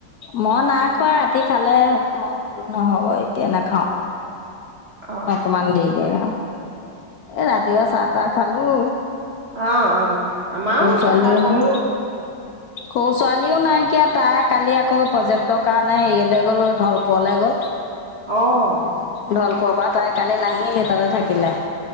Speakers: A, on the left; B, on the right.
A: মই নাইখোৱা ৰাতি খালে, মই বলো নহব এতিয়া নাখাও।
B: অ
A: অকমান দি দেগা এ ৰাতিপুৱা চাহ তাহ খালোঁ।
B: অ', অ', আমাৰো
A: ছোৱালীও
B: চাহ তাহ খালোঁ।
A: নাই সৰু ছোৱালীও নাইকিয়া তাই কালি আকৌ যে ত' কাৰণে হেৰিয়ৈ গ'ল ঢলপোৰলৈ গ'ল।
B: অ',
A: ঢলপুৰৰ পৰা তাই কালি নাহিলহে তাতে থাকিলে।